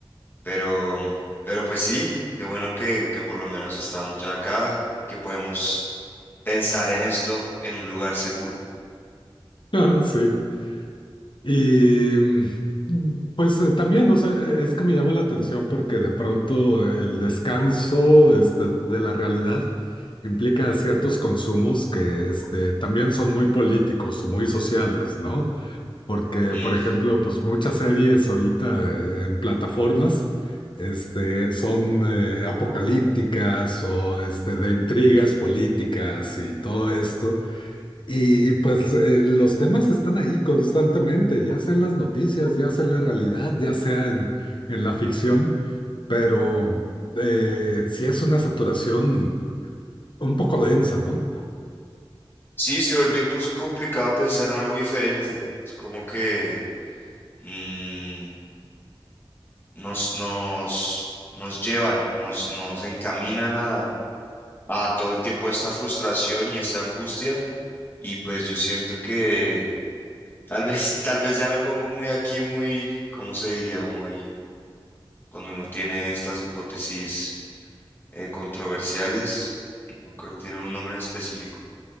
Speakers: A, on the left; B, on the left.
A: Pero, pero pues sí, qué bueno que, que por lo menos estamos ya acá, que podemos pensar en esto en un lugar seguro.
B: <laughs> Ah, Sí. Y mm, pues eh, también, o sea, e- es que me llama la atención porque de pronto el descanso este, de la realidad implica ciertos consumos que este, también son muy políticos o muy sociales, ¿no? Porque,
A: Mm.
B: por ejemplo, pues muchas series ahorita eh, en plataformas este, son eh, apocalípticas o este, de intrigas políticas y todo esto. Y pues eh, los temas están ahí constantemente, ya sea en las noticias, ya sea en la realidad, ya sea en, en la ficción, pero eh, sí es una saturación un poco densa, ¿no?
A: Sí, se vuelve incluso complicado pensar en algo diferente. Es como que mm, nos, nos, nos llevan, nos, nos encaminan a, a todo el tiempo esta frustración y esta angustia. Y pues yo siento que tal vez, <laughs> tal vez ya me pongo muy aquí, muy, ¿cómo se diría? Muy, cuando uno tiene estas hipótesis eh, controversiales, no me acuerdo, tienen un nombre en específico,